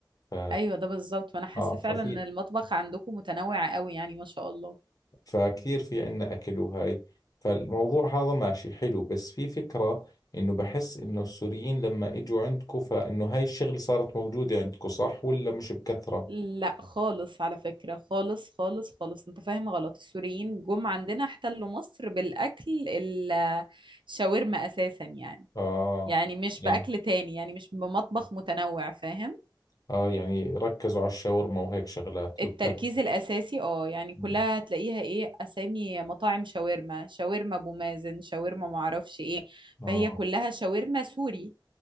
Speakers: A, on the left; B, on the right.
A: ف...
B: أيوة ده بالظبط ما أنا حاسة
A: آه ففي
B: فعلا إن المطبخ عندكم متنوع قوي يعني ما شاء الله
A: فكثير في عنا أكل وهاي فالموضوع هذا ماشي حلو بس في فكرة إنه بحس إنه السوريين لما إجوا عندكم فإنه هاي الشغلة صارت موجودة عندكم صح ولا مش بكثرة؟
B: لا خالص على فكرة خالص خالص خالص انت فاهم غلط السوريين جم عندنا احتلوا مصر بالأكل ال- الشاورما أساسا يعني
A: آه
B: يعني مش
A: يعني
B: بأكل تاني يعني مش بمطبخ متنوع فاهم
A: آه يعني ركزوا على الشاورما وهيك شغلات
B: التركيز
A: والتب
B: الأساسي اه يعني كلها
A: مم.
B: هتلاقيها ايه أسامي مطاعم شاورما شاورما أبو مازن شاورما معرفش ايه
A: آه
B: فهي كلها شاورما سوري